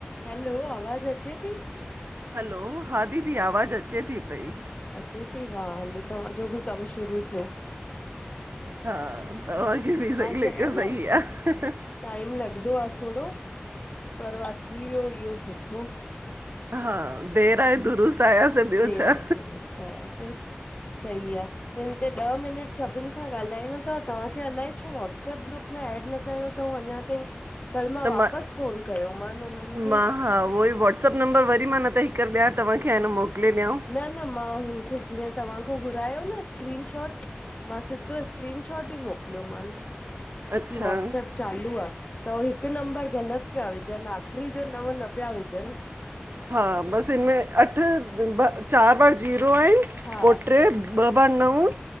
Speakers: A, on the left (about 35°); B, on the right (about 60°).
A: Hello आवाज अचे थी?
B: हलो हा दीदी! आवाज़ अचे थी पई।
A: अचे थी वाह, हलो तव्हांजो बि कम शुरू थियो।
B: हा, तव्हांखे बि सही
A: मां
B: लॻियो
A: चयो
B: सही
A: न
B: आहे।
A: टाइम लॻंदो आहे थोड़ो पर वा थी वियो इहो सुठो।
B: हा, देर आए दुरुस्त, आयासीं ॿियो
A: देर
B: छा
A: आए दुरुस्त आया से सही आहे। हिन तेे ॾह मिनट सभिननि सां ॻाल्हाइणो थव, तव्हांखे अलाए छो वाट्सप ग्रुप में एड न कयो अथऊं अञा ताईं। कल मा
B: त
A: वापस
B: मां
A: फोन कयो मान उनि खे
B: मां हा उहो ई वाट्सअप नंबर वरी मां न त हिक ॿार तव्हांखे आहे न मोकले ॾियां।
A: न- न, मां हुनखे जीअं तव्हां खो घुरायो न स्क्रीन शॉट! मां सिधो स्क्रीनशॉट ई मोकिलियोमांन।
B: अच्छा
A: की वॉट्सअप चालू आ, त उहो हिकु नम्बर ग़लत! पया विझनि आख़िरी जो नव न पया विझन।
B: हा बसि हिन में अठ चारि बार जीरो आहिन
A: हा
B: पोइ टे ॿ ॿार नऊं